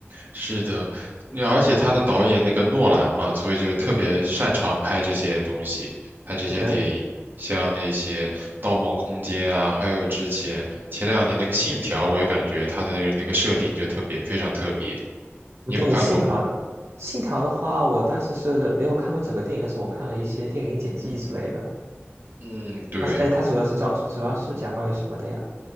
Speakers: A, on the right; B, on the right.
A: 是的，那而且他的导演那个诺兰嘛，所以就特别擅长拍这些东西，
B: 对，
A: 拍这些电影，
B: 对，
A: 像那些《盗梦空间》啊，还有之前前两年那个《信条》，我也感觉他的那个设定就特别非常特别。你有看过吗？
B: 对，信条，信条的话，我当时是没有看过整个电影，但是我看了一些电影剪辑之类的。
A: 嗯，对。
B: 它是，哎，它主要是教，主要是讲关于什么的呀？